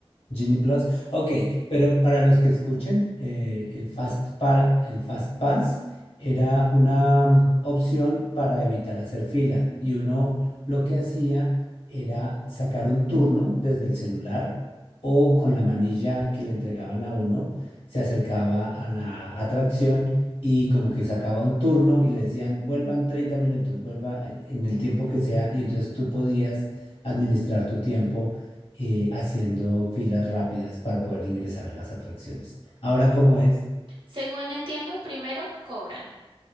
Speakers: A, on the left; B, on the right.
A: Genie Plus. Ok, pero para los que escuchen, eh, el Fast para, el Fast Pass era una mm, opción para evitar hacer fila. Y uno lo que hacía era sacar un turno desde el celular o con la manilla que le entregaban a uno, se acercaba a la atracción y como que sacaba un turno y le decían, vuelvan 30 minutos, vuelva en el tiempo que sea. Y entonces tú podías administrar tu tiempo eh, haciendo filas rápidas para poder ingresar a las atracciones. Ahora, ¿cómo es?
B: Según entiendo, primero cobran.